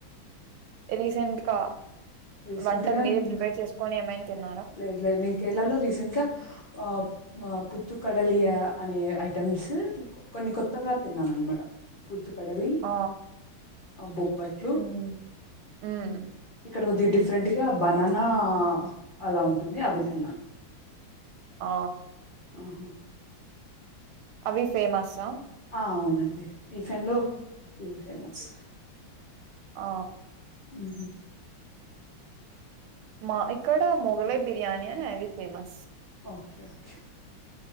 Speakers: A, on the right; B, on the left.
A: రీసెట్ కా
B: రీసెంట్
A: వంటర్
B: గా
A: మీరే
B: నేను
A: ప్రిపేర్ చేసుకొని ఏమైని త
B: లేదు లేదు నేను కేరళలో రీసెంట్ గా ఆ పుత్తు కడలియా అనే ఐటెమ్స్ కొన్ని కొత్త కొత్తగా తిన్నాను అనమాట పుత్తు కడలి
A: ఆ
B: ఆ బొబట్లు
A: మ్మ్ మ్మ్
B: ఇక్కడ ఒక దిడ్ డిఫరెంట్గా బననా అలా ఉంటుంది అవి తన్నా
A: ఆ
B: ఆహా
A: అవి ఫేమస్అ
B: ఆ అవునండి టిఫిన్లో ఇవి ఫేమస్
A: ఆ
B: ఉహుం
A: మా ఇక్కడ మొఘలై బిర్యానీ అని అది ఫేమస్
B: ఓకే ఓకే